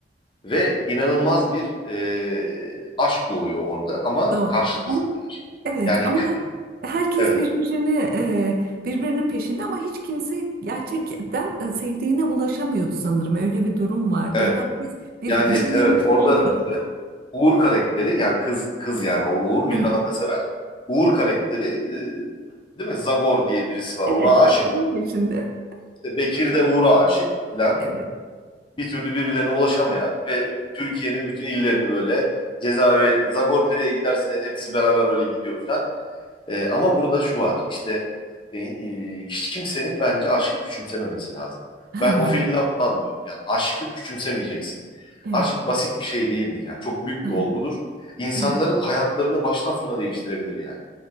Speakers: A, on the left; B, on the right.
A: Ve inanılmaz bir e, aşk doğuyor orada ama
B: Doğru.
A: karşılıksız
B: Ama
A: bir aşk.
B: Evet
A: Yani
B: ama
A: kı-
B: herkes
A: evet
B: birbirini e, birbirinin peşinde ama hiç kimse gerçekten e, sevdiğine ulaşamıyordu sanırım. Öyle bir durum vardı.
A: evet
B: Herkes bir,
A: yani
B: birbirlerini
A: evet
B: kovalıyor.
A: orada e, Uğur karakteri yani kız kız yani o Uğur Vildan
B: Evet.
A: Atasever Uğur karakteri e, değil mi Zagor diye birisi var
B: Evet,
A: ona aşık
B: o onun peşinde.
A: İşte Bekir de Uğur'a aşık filan
B: Evet.
A: bir türlü birbirlerine ulaşamayan ve Türkiye'nin bütün illerini böyle cezaevi Zagor nereye giderse hepsi beraber öyle gidiyor filan E, ama burada şu var. İşte e, e, hiç kimsenin bence aşkı küçümsememesi lazım.
B: Ha
A: Ben o
B: ha.
A: filmden bunu anlıyorum. Yani aşkı küçümsemeyeceksin.
B: Evet.
A: Aşk basit bir şey değildir yani. Çok büyük
B: Ha,
A: bir
B: ha.
A: olgudur. İnsanların
B: Evet.
A: hayatlarını baştan sona değiştirebilir yani.